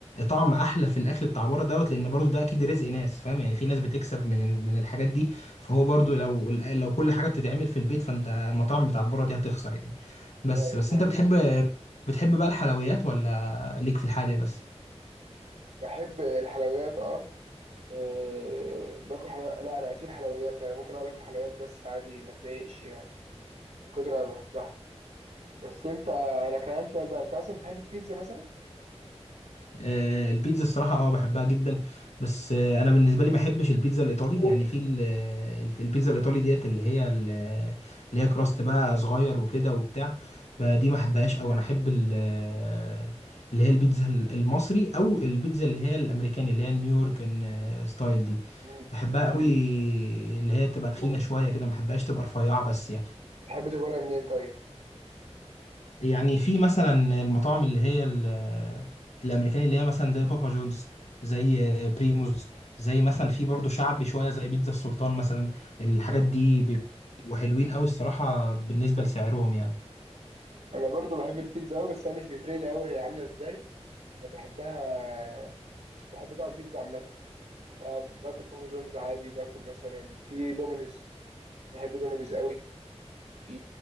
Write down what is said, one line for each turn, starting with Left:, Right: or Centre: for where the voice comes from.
Left: طعم احلى في الاكل بتاع بره دوت لان برضو ده اكيد رزق ناس فاهم يعني في ناس بتكسب من ال- من الحاجات دي فهو برضو لو لو كل حاجه بتتعمل في البيت فانت المطاعم بتاع بره دي هتخسر يعني بس
Right: أيوه
Left: بس
Right: فاهم
Left: انت بتحب أيوة. بتحب بقى الحلويات ولا ليك في الحادق بس
Right: بحب الحلويات أه أه باكل حلويات لا انا اكل حلويات يعني ممكن اقعد اكل حلويات بس عادي ما اتضايقش يعني من كتر ما بحبها بس انت انا كان عندي سؤال بقى انت اصلا بتحب البيتزا مثلا
Left: آه، البيتزا الصراحة اه بحبها جدا بس آه، انا بالنسبة لي ما احبش البيتزا الايطالي يعني في ال- الف- البيتزا الايطالي ديت اللي هي ال- اللي هي كراست بقى صغير وكده وبتاع ب- دي
Right: مم.
Left: ما احبهاش او انا احب ال- آه، اللي هي البيتزا ال- المصري او البيتزا اللي هي الامريكاني اللي هي النيويورك ستايل دي
Right: مم.
Left: بحبها قوي اللي هي تبقى تخينة شوية كده ما احبهاش تبقى رفيعة بس يعني
Right: بتحب تاكلها منين طيب
Left: يعني في مثلا المطاعم اللي هي ال- الامريكاني اللي هي مثلا زي بابا جونز زي بريموز زي مثلا في برضه شعبي شويه زي بيتزا السلطان مثلا الحاجات
Right: مم.
Left: دي بي- وحلوين قوي الصراحه بالنسبه لسعرهم يعني
Right: انا برضو بحب البيتزا قوي بس انا مش بيفرق لي قوي هي عامله ازاي انا بحبها بحب طبعا بيتزا عامه فباكل بابا جونز عادي باكل مثلا في دومينوز بحب دومينوز قوي في